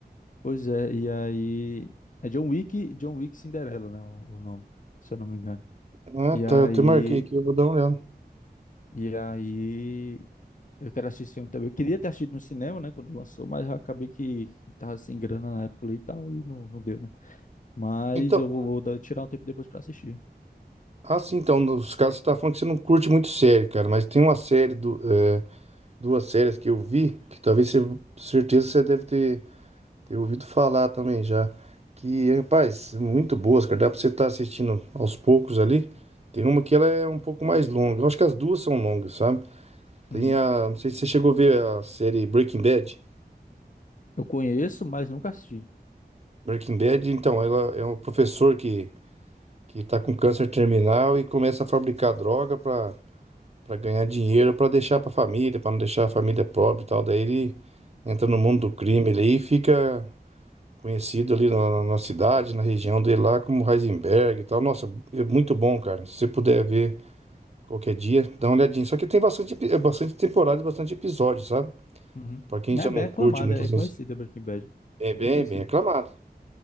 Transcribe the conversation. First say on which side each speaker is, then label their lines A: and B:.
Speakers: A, on the left (about 50°); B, on the right (about 40°).
A: Pois é, e aí. É John Wick, John Wick Cinderela, né? O, o nome, se eu não me engano.
B: Ah,
A: E aí.
B: tá, eu até marquei aqui, eu vou dar uma olhada.
A: E aí. Eu quero assistir esse filme também. Eu queria ter assistido no cinema, né? Quando lançou, mas já acabei que tava sem grana na época ali e tal, e não, não deu, né? Mas
B: Então,
A: eu vou, vou dar- tirar um tempo depois pra assistir.
B: assim, então, nos casos você tá falando que você não curte muito série, cara, mas tem uma série, do, é, duas séries que eu vi, que talvez você, certeza você deve ter Tenho ouvido falar também já. Que, rapaz, muito boas, cara. Dá pra você estar assistindo aos poucos ali. Tem uma que ela é um pouco mais longa. Eu acho que as duas são longas, sabe? Tem
A: Uhum.
B: a. Não sei se você chegou a ver a série Breaking Bad.
A: Eu conheço, mas nunca assisti.
B: Breaking Bad, então, ela é um professor que, que tá com câncer terminal e começa a fabricar droga pra, pra ganhar dinheiro, pra deixar pra família, pra não deixar a família pobre e tal. Daí ele entra
A: Uhum.
B: no mundo do crime ali e fica Conhecido ali na, na cidade, na região dele lá, como Heisenberg e tal. Nossa, é muito bom, cara. Se você puder ver qualquer dia, dá uma olhadinha. Só que tem bastante, epi- é bastante temporada e bastante episódio, sabe?
A: Uhum.
B: Pra quem
A: Não
B: já
A: é bem
B: não
A: aclamada,
B: curte muito
A: é
B: assim,
A: conhecida Breaking Bad.
B: é bem,
A: Bem conhecida.
B: bem aclamado.